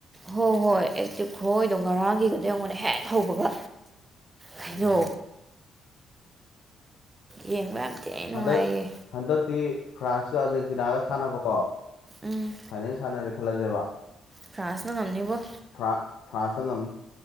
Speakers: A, on the right; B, on the left.
A: ꯍꯣ ꯍꯣꯏ ꯑꯦꯛꯇꯤꯞ ꯈꯨꯋꯣꯏꯗꯣ ꯉꯔꯥꯡꯒꯤꯒꯗꯣ ꯌꯦꯡꯉꯣꯅꯦ ꯍꯦꯛ ꯍꯧꯕꯒ ꯀꯩꯅꯣ
B: ꯎꯝ
A: ꯌꯦꯡꯕ ꯌꯥꯝ ꯊꯤꯅ ꯅꯨꯡꯉꯥꯏꯌꯦ
B: ꯍꯟꯗꯛ ꯍꯟꯗꯛꯇꯤ ꯐ꯭ꯔꯥꯟꯁꯀ ꯑꯥꯔꯖꯦꯟꯇꯤꯅꯥꯒ ꯁꯥꯟꯅꯕꯀꯣ
A: ꯎꯝ
B: ꯐꯥꯏꯅꯦꯜ ꯁꯥꯟꯅꯔꯦ ꯈꯜꯂꯁꯦꯕ
A: ꯐ꯭ꯔꯥꯟꯁꯅ ꯉꯝꯅꯤꯕꯣ
B: ꯐ꯭ꯔꯥꯟ ꯐ꯭ꯔꯥꯟꯁꯅ ꯉꯝꯅꯤ